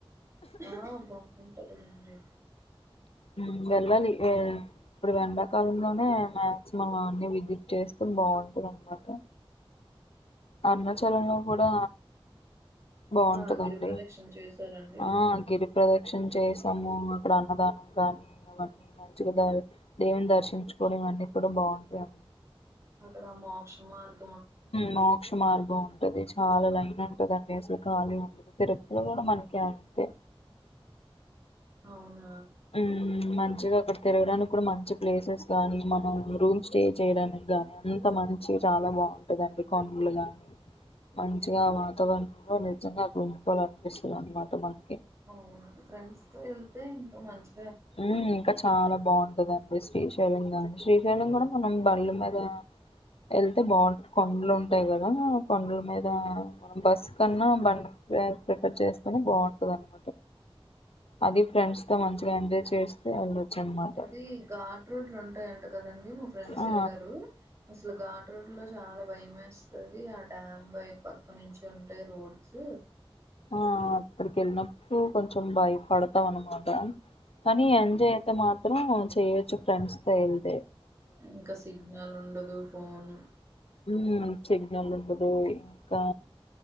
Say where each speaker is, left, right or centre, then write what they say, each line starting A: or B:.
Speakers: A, on the right; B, on the left.
A: ఆ బాగుాంటాది లెండి
B: మ్మ్ వెళ్ళాలి ఇప్పుడు వెండాకాలంలోనే మాక్సిమం అన్ని విజిట్ చేస్తూ బాగుంటంది అన్నమాట అరుణాచలంలో కూడా బాగుంటదండి
A: ఆ గిరి ప్రదక్షిణ చేసారండి
B: ఆ గిరి ప్రదక్షణ చేసి ము అక్కడ అన్నదానం కానీ అవన్నీ మంచిగా ద దేవుని దర్శించుకోవడం ఇవన్నీ కూడా బాగుంటాయి
A: అక్కడ మోక్ష మార్గ
B: మోక్షమార్గం ఉంటది చాలా లైన్ ఉంటుదండి అసలు ఖాళీ ఉండదు తిరుపతి కూడా మనకి అంతే
A: అవును
B: మ్మ్ మంచిగా అక్కడ తిరగడానికి కూడా మంచి ప్లేసెస్ గానీ మనం రూమ్ స్టే చేయడానికి గానీ అంత మంచి చాలా బాగుంటదండి కనులు గాని మంచిగా వాతావరణంలో నిజంగా అక్క ఉండిపోవాల అనిపిస్తుంది అన్నమాట మనం
A: అవును ఫ్రెండ్స్ తో వెళ్తే ఇంకా మంచి
B: మ్మ్ ఇంకా చాలా బాగుంటది శ్రీశైల గాని శ్రీశైలం కూడా మనం బండ్ల మీద వెళ్తే బాగుంటది కొండలు ఉంటాయి కదా కొండల మీద మనం బస్ కన్నా బండి ప్రిఫర్ చేస్తేనే బాగుంటది అనమాట అది ఫ్రెండ్స్ తో మంచిగా ఎంజాయ్ చేస్తే అనమాట
A: అది ఘాట్ రోడ్లు ఉంటాయింటకద దండి మా ఫ్రెండ్స్
B: ఆ
A: వెళ్లారు అసలు ఘాటు రడ్లో చాలా భయం వేస్తది ఆ డ్యామ్ వై పక్క నుంచి ఉంటాయి రోడ్స్
B: ఆ ఎక్కడికి ఎన్నప్పుడు కొంచం భయపాడతం అనమాట కానీ ఎంజాయ్ అయితే మాత్రం చేయచ్చు ఫ్రెండ్స్ తో ఏలతే
A: ఇంకా సిగ్నల్ ఉండదు ఫోన్
B: మ్మ్ సిగ్నల్ ఉండదు ఇంకా